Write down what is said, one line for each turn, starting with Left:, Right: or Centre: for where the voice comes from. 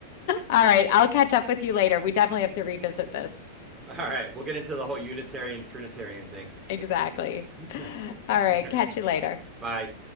Left: right. I'll catch up with you later. We definitely have to revisit this.
Right: All right. We'll get into the whole Unitarian Trinitarian thing.
Left: Exactly.
Right: <laughs>
Left: All right.
Right: all right.
Left: Catch you later.
Right: Bye.